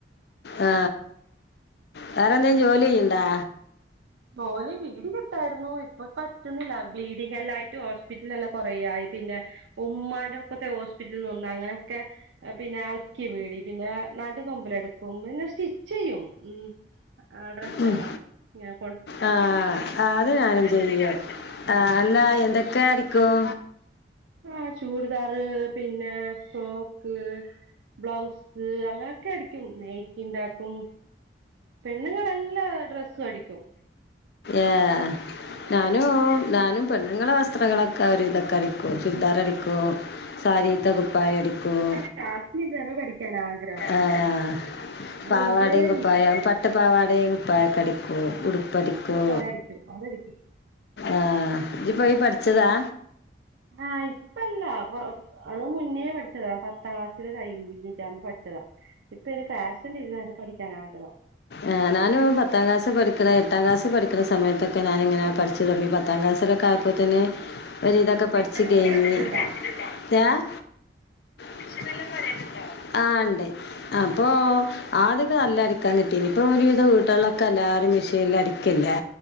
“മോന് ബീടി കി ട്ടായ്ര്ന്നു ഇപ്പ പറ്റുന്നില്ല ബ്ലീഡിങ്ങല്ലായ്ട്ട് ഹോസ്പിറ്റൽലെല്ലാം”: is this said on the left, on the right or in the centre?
Right